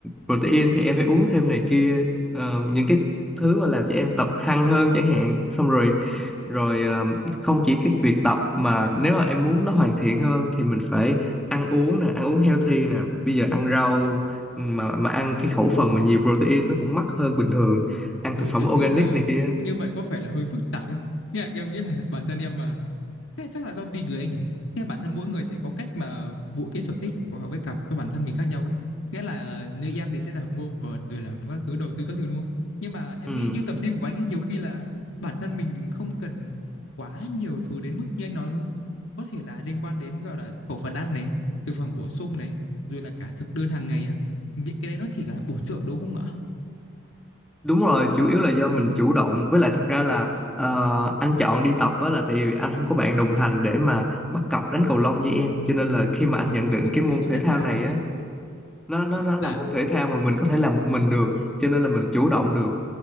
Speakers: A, in the centre; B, on the left (about 75°).
A: protein thì em phải uống thêm này kia Ờ, những cái thứ mà làm cho em tập hăng hơn chẳng hạn xong rồi rồi ờ, không chỉ cái việc tập mà nếu mà em muốn nó hoàn thiện hơn thì mình phải ăn uống nè ăn uống healthy nè bây giờ ăn rau ừ, mà mà ăn cái khẩu phần mà nhiều protein nó cũng mắc hơn bình thường ăn
B: ôi
A: thực phẩm
B: em
A: organic
B: nghĩ là
A: này kia
B: như vậy có phải là hơi phức tạp ấy nhưng mà em nghĩ là bản thân em mà Thế chắc là do tùy người anh nhỉ. Nghĩa là bản thân mỗi người sẽ có cách mà phục vụ cái sở thích của họ với cặp cho bản thân mình khác nhau ấy. Nghĩa là như em thì sẽ là mua vợt rồi là các thứ đầu tư các thứ đúng không? Nhưng mà em
A: ừ.
B: nghĩ như tập gym của anh ấy nhiều khi là bản thân mình không cần quá nhiều thứ đến mức như anh nói đúng không? Có thể là liên quan đến gọi là khẩu phần ăn này, thực phẩm bổ sung này, rồi là cả thực đơn hàng ngày á. Những cái đấy nó chỉ là bổ trợ đúng không ạ?
A: đúng rồi chủ yếu là do mình chủ động với lại thật ra là ờ, anh chọn đi tập á là tại vì anh không có bạn đồng hành để mà bắt cặp đánh cầu lông như em cho nên là khi
B: Ủa,
A: mà anh nhận định
B: em
A: cái môn
B: em cũng nhận
A: thể thao
B: ra
A: này
B: đấy anh
A: á
B: ạ.
A: nó nó nó là
B: Là
A: môn thể thao mà mình có thể làm một mình được cho nên là mình chủ động được